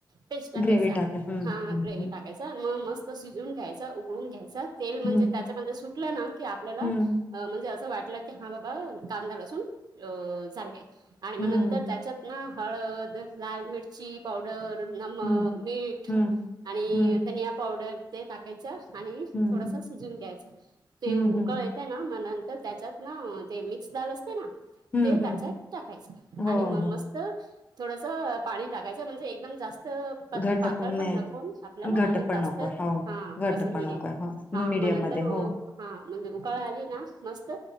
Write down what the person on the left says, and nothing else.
ग्रेव्ही टाका हं,
हं,
हं.
हं,
हं,
हं,
हं,
हं,
हं,
हं,
हं,
हं,
हं.
हो,
हो.
घट्ट
नाही
घट्ट
पण
नको
हो. घट्ट
पण
नको हो
मीडियम
मध्ये हो.